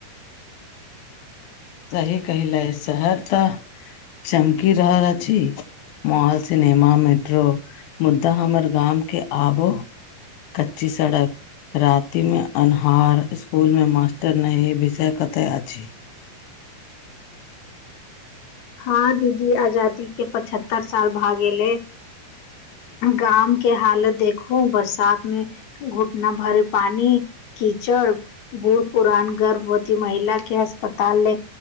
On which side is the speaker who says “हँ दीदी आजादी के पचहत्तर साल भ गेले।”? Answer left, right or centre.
Left